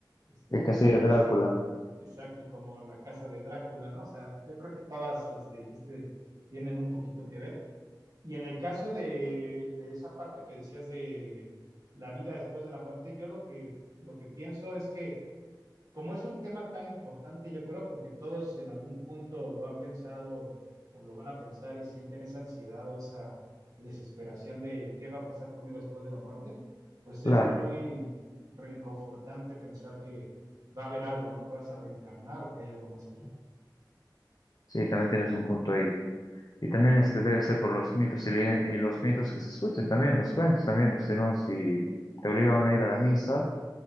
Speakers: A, on the right; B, on the left.
A: este,
B: El
A: el
B: castillo
A: país,
B: de Drácula,
A: exacto, como la casa de Drácula, ¿no? O sea, yo creo que todas las que dijiste tienen un poquito que ver. Y en el caso de, de esa parte que decías de la vida después de la muerte, yo lo que, lo que pienso es que como es un tema tan importante, yo creo, porque todos en algún punto lo han pensado o lo van a pensar y sienten esa ansiedad o esa desesperación de qué va a pasar conmigo después de la muerte, pues
B: claro.
A: es muy reconfortante pensar que va a haber algo, ¿no? Que vas a reencarnar o que hay algo más allá.
B: Sí, también tienes un punto ahí. Y también este debe ser por los mitos y, leyen- y los mitos que se escuchan también, los cuentos también, o sea, ¿no? Si te obligaban a ir a la misa